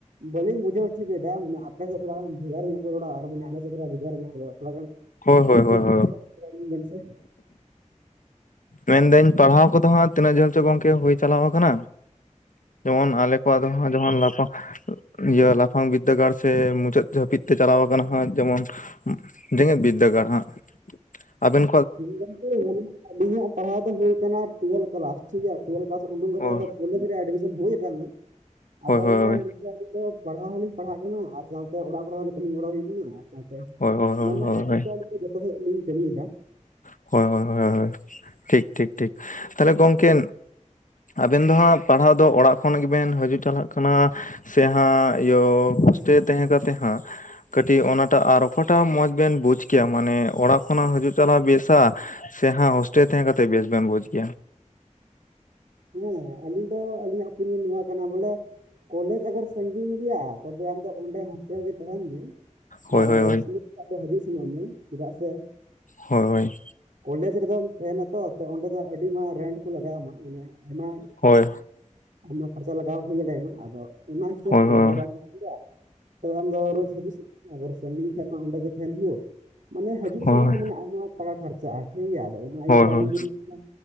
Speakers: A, on the right; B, on the left.
A: ᱵᱟᱞᱤᱧ ᱢᱩᱡᱟᱹᱣ ᱦᱚᱪᱚ ᱞᱮᱫᱟ ᱢᱟᱱᱮ ᱟᱯᱮ ᱥᱮᱫ ᱯᱟᱞᱮᱱ ᱵᱷᱮᱜᱟᱨ ᱧᱚᱜᱼᱼ ᱨᱚᱲᱟ ᱟᱨ ᱢᱟᱱᱮ ᱟᱞᱮ ᱥᱮᱫ ᱫᱚ ᱱᱟᱜ ᱵᱷᱮᱜᱟᱨ ᱧᱚᱜ ᱜᱮᱭᱟ, ᱛᱷᱚᱲᱟ ᱜᱟᱱ
B: ᱦᱳᱭ ᱦᱳᱭ
A: ᱢᱚᱡᱽ ᱢᱚᱡᱽ
B: ᱦᱳᱭ ᱦᱳᱭ
A: <inaudible>
B: ᱢᱮᱱᱫᱟᱹᱧ ᱯᱟᱲᱦᱟᱣ ᱠᱚᱫᱚ ᱦᱟᱸᱜ ᱛᱤᱱᱟᱹᱜ ᱡᱷᱟᱹᱞ ᱪᱚ ᱜᱚᱝᱠᱮ ᱦᱩᱭ ᱪᱟᱞᱟᱣ ᱟᱠᱟᱱᱟ ᱾ ᱡᱮᱢᱚᱱ ᱟᱞᱮ ᱠᱚᱣᱟᱜ ᱫᱚ ᱡᱮᱢᱚᱱ ᱞᱟᱯᱷᱟᱜᱼᱼ ᱤᱭᱟᱹ ᱞᱟᱯᱷᱟᱝ ᱵᱤᱫᱽᱫᱟᱹᱜᱟᱲ ᱥᱮ ᱢᱩᱪᱟᱹᱫ ᱦᱟᱹᱯᱤᱫ ᱛᱮ ᱪᱟᱞᱟᱣ ᱟᱠᱟᱱᱟ ᱦᱟᱸᱜ ᱡᱮᱢᱚᱱᱼᱼ ᱡᱮᱜᱮᱛ ᱵᱤᱫᱽᱫᱟᱹᱜᱟᱲ ᱦᱟᱸᱜ ᱟᱵᱮᱱᱼᱼ
A: ᱦᱮᱸ ᱜᱚᱢᱠᱮ <unintelligible> ᱤᱞᱤᱧᱟᱜ ᱯᱟᱲᱦᱟᱣ ᱫᱚ ᱦᱩᱭ ᱟᱠᱟᱱᱟ ᱴᱩᱭᱮᱞ ᱠᱞᱟᱥ ᱴᱷᱤᱠ ᱜᱮᱭᱟ, ᱴᱩᱭᱮᱞ ᱠᱞᱟᱥ ᱩᱰᱩᱠ ᱠᱟᱛᱮ
B: ᱦᱳᱭ
A: ᱠᱚᱞᱮᱡᱽ ᱨᱮ ᱮᱰᱢᱤᱼᱼ ᱦᱩᱭ ᱟᱠᱟᱱᱟ ᱟᱫᱚ
B: ᱦᱳᱭ ᱦᱳᱭ
A: ᱢᱟᱱᱮ ᱱᱤᱛ ᱫᱷᱟᱹᱵᱤᱡ ᱫᱚᱼᱼ ᱯᱟᱲᱦᱟᱣ ᱦᱚᱞᱤᱧ ᱯᱟᱲᱦᱟᱜ ᱠᱟᱱᱟ ᱟᱨ ᱥᱟᱶᱛᱮ ᱚᱲᱟᱜ ᱠᱚᱨᱮ ᱦᱚᱸ ᱠᱟᱹᱢᱤ ᱜᱚᱲᱚ ᱦᱩᱭᱩᱜ ᱠᱟᱱᱟ, ᱟᱨ ᱥᱟᱶᱛᱮᱼᱼ
B: ᱦᱳᱭ ᱦᱳᱭ ᱦᱳᱭ
A: ᱢᱟᱱᱮ
B: ᱦᱳᱭ
A: ᱱᱤᱛᱚᱜ ᱡᱚᱛᱚ ᱥᱮᱫ ᱞᱤᱧ ᱠᱟᱹᱢᱤᱭᱮᱫᱟ ᱾
B: ᱦᱚᱭ ᱦᱚᱭ ᱦᱚᱭ, ᱴᱷᱤᱠ ᱴᱷᱤᱠ ᱴᱷᱤᱠ ᱛᱟᱦᱞᱮ ᱜᱚᱢᱠᱮᱼᱼ ᱟᱵᱮᱱ ᱫᱚ ᱦᱟᱸᱜ ᱯᱟᱲᱦᱟᱣ ᱫᱚ ᱚᱲᱟᱜ ᱠᱷᱚᱱ ᱜᱮᱵᱮᱱ ᱦᱤᱡᱩᱜ ᱪᱟᱞᱟᱜ ᱠᱟᱱᱟ? ᱥᱮ ᱦᱟᱸᱜ ᱤᱭᱟᱹ ᱦᱳᱥᱴᱮᱞ ᱛᱟᱦᱮᱸ ᱠᱟᱛᱮ ᱦᱟᱸᱜ? ᱠᱟᱹᱴᱤᱡ ᱚᱱᱟᱴᱟᱜ ᱟᱨ ᱚᱠᱟᱴᱟᱜ ᱢᱚᱸᱡᱽ ᱵᱮᱱ ᱵᱩᱡᱽ ᱠᱮᱜᱼᱟ ᱢᱟᱱᱮ ᱚᱲᱟᱜ ᱠᱷᱚᱱᱟᱜ ᱦᱤᱡᱩᱜ ᱪᱟᱞᱟᱜ ᱵᱮᱥᱼᱼ ᱥᱮ ᱦᱟᱸᱜ ᱦᱳᱥᱴᱮᱞ ᱛᱟᱦᱮᱸ ᱠᱟᱛᱮ ᱵᱮᱥ ᱵᱮᱱ ᱵᱩᱡᱽ ᱜᱮᱭᱟ?
A: ᱦᱮᱸ ᱟᱹᱞᱤᱧ ᱫᱚ ᱟᱹᱞᱤᱧᱟᱜ ᱳᱯᱤᱱᱤᱭᱚᱱ ᱱᱚᱣᱟ ᱠᱟᱱᱟ ᱵᱚᱞᱮᱼᱼ ᱠᱚᱞᱮᱡᱽ ᱟᱜᱟᱨ ᱥᱟᱜᱤᱧ ᱜᱮᱭᱟ ᱛᱚᱵᱮ ᱟᱢᱫᱚ ᱚᱸᱰᱮ ᱦᱳᱥᱴᱮᱞ ᱜᱮ ᱛᱟᱦᱮᱱ ᱢᱮ ᱾
B: ᱦᱳᱭ
A: ᱟᱨ
B: ᱦᱳᱭ
A: ᱟᱜᱟᱨ
B: ᱦᱳᱭ
A: ᱥᱩᱨ ᱠᱷᱟᱱ ᱫᱚ ᱦᱩᱫᱤᱥ ᱱᱚᱜ ᱢᱮ ᱪᱮᱫᱟᱜ ᱥᱮᱼᱼ
B: ᱦᱚᱭ ᱳᱭ
A: ᱠᱚᱞᱮᱡᱽ ᱨᱮᱫᱚᱢ ᱛᱟᱦᱮᱱᱟᱛᱚ ᱛᱚ ᱚᱸᱰᱮ ᱫᱚ ᱟᱹᱰᱤ ᱢᱟᱨᱟᱝ ᱨᱮᱱᱴ ᱠᱚ ᱞᱟᱜᱟᱣ ᱟᱢᱟ ᱾ ᱢᱟᱱᱮᱼᱼ ᱟᱭᱢᱟ
B: ᱦᱳᱭ
A: ᱟᱭᱢᱟ ᱠᱷᱚᱨᱪᱟ ᱞᱟᱜᱟᱣ ᱦᱩᱭ ᱫᱟᱲᱮᱭᱟᱢᱟ, ᱟᱫᱚ ᱚᱱᱟ ᱦᱤᱥᱟᱹᱵ
B: ᱦᱳᱭ
A: ᱛᱮ
B: ᱦᱳᱭ ᱦᱳᱭ
A: ᱟᱜᱟᱨ ᱟᱢᱼᱼ ᱴᱷᱤᱠᱭᱟ, ᱛᱚᱵ ᱟᱢᱫᱚ ᱨᱳᱡ ᱦᱤᱡᱩᱜ ᱥᱮ ᱚᱜᱚᱨ ᱥᱟᱺᱜᱤᱧ ᱠᱷᱟᱱ ᱢᱟ ᱚᱸᱰᱮ ᱜᱮ ᱛᱟᱦᱮᱱ ᱦᱩᱭᱩᱜ ᱾ ᱢᱟᱱᱮ ᱦᱤᱡᱩᱜ
B: ᱦᱳᱭ
A: ᱥᱮᱱᱚᱜ ᱦᱚᱸ ᱢᱟᱱᱮ ᱟᱭᱢᱟ ᱴᱟᱠᱟ ᱠᱷᱚᱨᱪᱟᱜᱼᱟ ᱴᱷᱤᱠᱜᱮᱭᱟ, ᱟᱫᱚ ᱚᱱᱟ ᱤᱭᱟᱹᱛᱮ
B: ᱦᱳᱭ
A: ᱟᱹᱞᱤᱧ
B: ᱦᱳᱭ
A: ᱫᱚᱞᱤᱧᱼᱼ